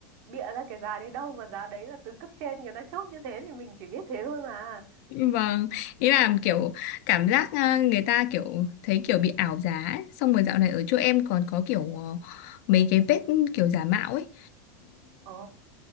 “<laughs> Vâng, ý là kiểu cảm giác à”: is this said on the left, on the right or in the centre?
Left